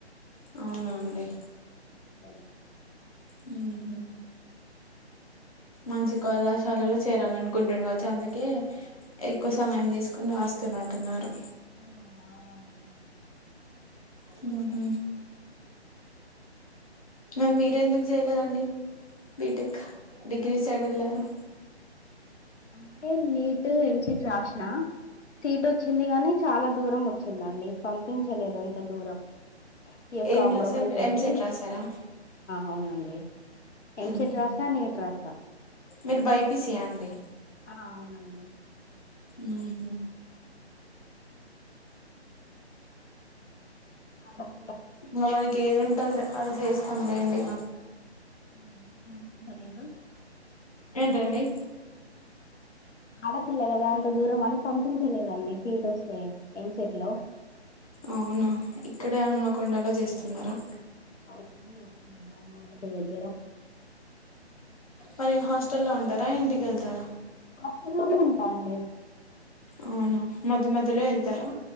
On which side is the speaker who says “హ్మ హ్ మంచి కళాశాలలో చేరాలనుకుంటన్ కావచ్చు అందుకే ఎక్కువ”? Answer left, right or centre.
Left